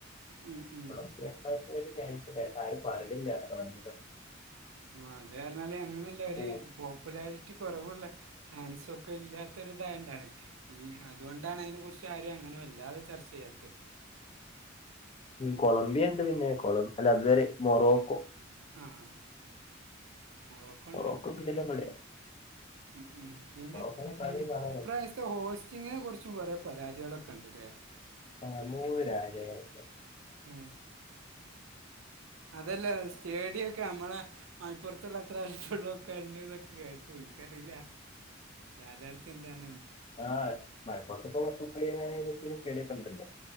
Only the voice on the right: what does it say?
ഉം ഉം.
ആഹ് അത്പർഞ്ഞാല് അങ്ങനല്ല ഒര്
പോ പോപ്പുലാരിറ്റി കൊറവുള്ള ഫാൻസൊക്കെ ഇല്ലാത്തൊരിതായോണ്ടാണ്. ഈ അതുകൊണ്ടാണ് അതിനെ കുറിച്ച് ആരും അങ്ങനെ വല്ലാതെ ചർച്ച ചെയ്യാത്തെ
ആഹ് മൊറോക്കോണ്ട്
ഉം ഉം പിന്നെ
ഈ
ഇപ്രാസ് ഹോസ്റ്റിങ്ങിനെ കുറിച്ചും കുറേ പരാതികളൊക്കെണ്ട്ല്ലേ?
ഉം അതല്ലേ സ്റ്റേഡിയൊക്കെ ഞമ്മളെ മലപ്പുറത്തുള്ള അത്ര വലിപ്പള്ളതെക്കെണ്ട് കേട്ട് ഇൻക്കറില്ല. യാഥാർത്ഥ്യം എന്താണ്?